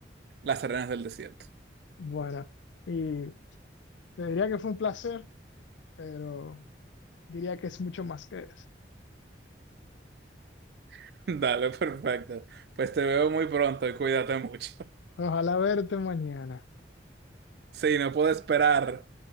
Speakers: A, on the right; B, on the left.
A: las arenas del desierto.
B: Bueno, y te diría que fue un placer, pero diría que es mucho más que eso.
A: <laughs> Dale, perfecto. Pues te veo muy pronto y cuídate mucho. <laughs>
B: Ojalá verte mañana.
A: Sí, no puedo esperar